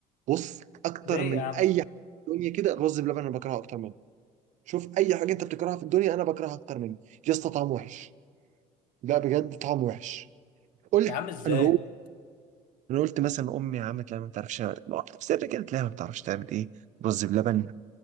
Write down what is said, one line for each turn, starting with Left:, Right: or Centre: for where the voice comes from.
Right: بص اكتر
Left: ليه
Right: من
Left: يا عم
Right: اي حاجه في الدنيا كده الرز بلبن انا بكرهه اكتر منه شوف اي حاجه انت بتكرهها في الدنيا انا بكرهها اكتر منه يا اسطى طعمه وحش لا بجد طعمه وحش قلت
Left: يا عم ازاي
Right: انا بقول انا قلت مثلا امي عملت لها ما بتعرفش واحده في سر كده تلاقيها ما بتعرفش تعمل ايه رز بلبن